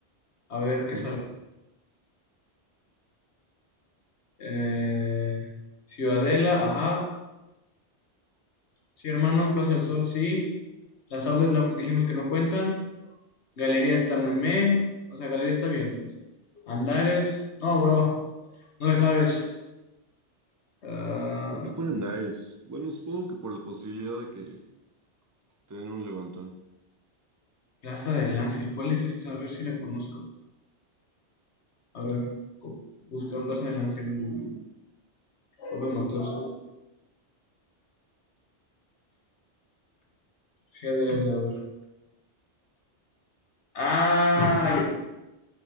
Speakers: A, on the left (about 75°); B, on the right (about 25°).
A: A ver qué
B: Ujú.
A: sale. Eh, Ciudadela, ajá. Sí, hermano. Plaza del Sol, sí. Las outlets no, dijimos que no cuentan. Galería está muy meh. O sea, Galería está bien, pues. Andares. No, bro. No le sabes. Ah,
B: ¿Por qué ponen Dares? Bueno, supongo que por la posibilidad de que Te den un levantón.
A: Plaza del Ángel. ¿Cuál es esta? A ver si la conozco. A ver. co- Buscar Plaza del Ángel. López Mateos. GDL, a ver. Ah,